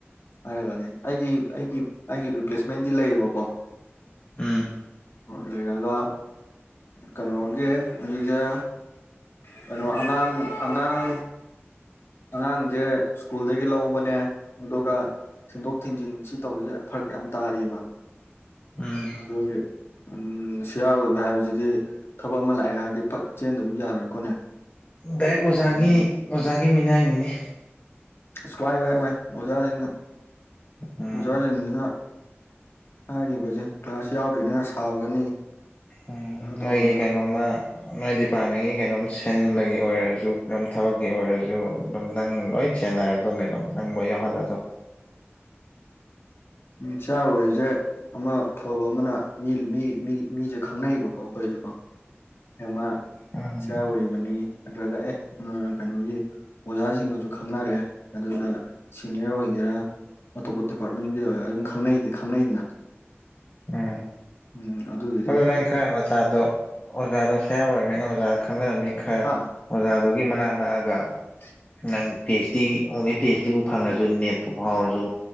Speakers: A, on the left; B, on the left.
A: ꯍꯥꯏꯔꯒꯗꯤ ꯑꯩꯒꯤ ꯑꯩꯒꯤ ꯑꯩꯒꯤ ꯔꯤꯄ꯭ꯂꯦꯁꯃꯦꯟꯗꯤ ꯂꯩꯌꯦꯕꯀꯣ
B: ꯎꯝ
A: ꯂꯩꯔꯒ ꯀꯩꯅꯣꯒꯤ ꯍꯧꯖꯤꯛꯁ ꯀꯩꯅꯣ ꯑꯉꯥꯡ ꯑꯉꯥꯡ ꯑꯉꯥꯡꯁꯦ ꯁ꯭ꯀꯨꯜꯗꯒꯤ ꯂꯧꯕꯅꯦ ꯑꯗꯨꯒ ꯊꯤꯟꯗꯣꯛ ꯊꯤꯟꯖꯤꯟ ꯁꯤ ꯇꯧꯕꯁꯦ ꯐꯔ ꯌꯥꯝ ꯇꯥꯔꯤꯑꯕ
B: ꯎꯝ
A: ꯑꯗꯨꯗꯤ ꯎꯝ ꯁꯤꯌꯥꯔ ꯑꯣꯏꯕ ꯍꯥꯏꯕꯁꯤꯗꯤ ꯊꯕꯛ ꯑꯃ ꯂꯥꯛꯑꯦ ꯍꯥꯏꯔꯗꯤ ꯐꯠ ꯆꯦꯟꯗꯕ ꯌꯥꯔꯣꯏꯀꯣꯅꯦ
B: ꯗꯥꯏꯦꯛ ꯑꯣꯖꯥꯒꯤ
A: ꯑꯗꯨꯅ
B: ꯑꯣꯖꯥꯒꯤ ꯃꯤꯅꯥꯏꯅꯤꯅꯤ
A: ꯑꯁ ꯋꯥꯏ ꯋꯥꯏ ꯋꯥꯏ ꯑꯣꯖꯥꯁꯤꯡꯅ
B: ꯎꯝ
A: ꯑꯣꯖꯥꯁꯤꯡꯁꯤꯅ ꯁꯥꯔꯤꯕꯖꯦ ꯀ꯭ꯂꯥꯁ ꯌꯥꯎꯗ꯭ꯔꯤꯅꯤꯅ ꯁꯥꯎꯒꯅꯤ
B: ꯎꯝ
A: ꯀꯩꯅꯣ ꯇꯧꯗꯅ
B: ꯅꯣꯏꯒꯤ ꯀꯩꯅꯣꯝꯃ ꯅꯣꯏ ꯗꯤꯄꯥꯔꯠꯃꯦꯟꯒꯤ ꯀꯩꯅꯣꯝ ꯁꯤꯟꯕꯒꯤ ꯑꯣꯏꯔꯁꯨ ꯑꯗꯨꯝ ꯊꯕꯛꯀꯤ ꯑꯣꯏꯔꯁꯨ ꯑꯗꯨꯝ ꯅꯪ ꯂꯣꯏ ꯆꯦꯟꯅꯔꯗꯣꯏꯅꯤ ꯑꯗꯨꯝ ꯅꯪꯕ ꯌꯥ ꯍꯜꯂꯗꯣ
A: ꯏꯆꯥꯆꯥ ꯑꯣꯏꯔꯤꯁꯦ ꯑꯃ ꯑꯕ ꯑꯃꯅ ꯃꯤ ꯃꯤꯁꯦ ꯈꯪꯅꯩꯕꯀꯣ ꯑꯩꯈꯣꯏꯁꯦ ꯣ ꯑꯦꯃ
B: ꯎꯝ
A: ꯏꯆꯥ ꯑꯣꯏꯔꯤꯕꯅꯤ ꯅꯠꯇ꯭ꯔꯒ ꯑꯦ ꯀꯩꯅꯣꯒꯤ ꯑꯣꯖꯥꯁꯤꯡꯒꯁꯨ ꯈꯪꯅꯔꯦ ꯑꯗꯨꯅ ꯁꯤꯅꯤꯌꯔ ꯑꯣꯏꯒꯦꯔꯥ ꯑꯇꯣꯞꯄ ꯗꯤꯄꯥꯔꯠꯃꯦꯟꯒꯤ ꯑꯣꯏ ꯑꯗꯨꯝ ꯈꯪꯅꯩ ꯈꯪꯅꯩꯗꯅ
B: ꯎꯝ
A: ꯎꯝ ꯑꯗꯨꯒꯤꯗꯤ
B: ꯑꯗꯨꯣ
A: ꯐꯩ
B: ꯅꯪ ꯈꯔꯆꯥ ꯑꯗꯣ ꯑꯣꯖꯥꯗꯣ ꯁꯤꯌꯥꯔ ꯑꯣꯏꯔꯝꯅꯤꯅ ꯑꯣꯖꯥ ꯈꯪꯅꯔꯝꯃꯤ ꯈꯔ
A: ꯍꯥ
B: ꯑꯣꯖꯥꯗꯨꯒꯤ ꯃꯅꯥꯛ ꯅꯛꯑꯒ
A: <inaudible>
B: ꯪ ꯐꯤ ꯑꯩꯁ ꯗꯤ ꯑꯣꯡꯂꯤ ꯐꯤ ꯑꯩꯆ ꯗꯤꯕꯨ ꯐꯪꯉꯁꯨ ꯅꯦꯠꯄꯨ ꯐꯥꯎꯔꯁꯨ